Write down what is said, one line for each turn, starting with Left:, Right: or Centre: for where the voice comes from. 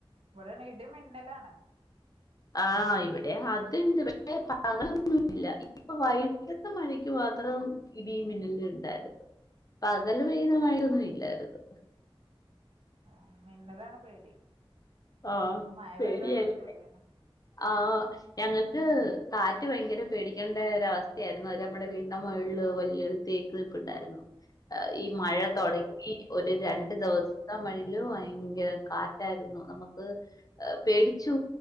Right: ഇവിടേണെ ഇടി മിന്നലാണ്
Left: ആഹ് ഇവിടെ അത്ണ്ട് പക്ഷെ പകലൊന്നും ഇല്ല ഇപ്പം വൈകിട്ടത്തെ മഴയ്ക്ക് മാത്രം ഇടീം മിന്നലും ഇണ്ടായ്രുന്നു പകല് പെയ്യുന്ന മഴയൊന്നും ഇല്ലായ്ര്ന്നു
Right: ആഹ് മിന്നലാണ് പേടി
Left: ആഹ്
Right: മഴ
Left: പേടിയായി
Right: പെയ്താ കൊഴപ്പല്ലേനു
Left: ആഹ് ഞങ്ങക്ക് കാറ്റ് ഭയങ്കര പേടിക്കേണ്ട ഒരവസ്ഥയാര്ന്നു അത് നമ്മടെ വീട്ൻ്റെ മേള്ള് വല്യൊരു തേക്ക് നിപ്പുണ്ടാര്ന്നു അഈ മഴ
Right: ഏഹ്
Left: തോടങ്ങി ഒര് രണ്ട് ദെവസത്തെ മഴേല് ഭയങ്കര കാറ്റായ്രുന്നു നമ ക്ക് പേടിച്ചു